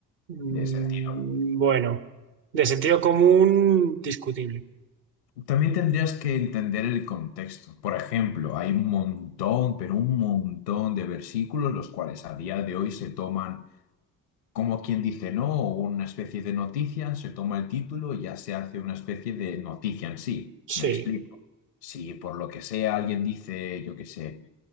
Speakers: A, on the right; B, on the left.
A: Mm,
B: de sentido.
A: Bueno, de sentido común, discutible.
B: También tendrías que entender el contexto. Por ejemplo, hay un montón, pero un montón de versículos los cuales a día de hoy se toman como quien dice no, o una especie de noticia, se toma el título y ya se hace una especie de noticia en sí.
A: Sí,
B: Me explico. Si por lo que sea alguien dice, yo qué sé,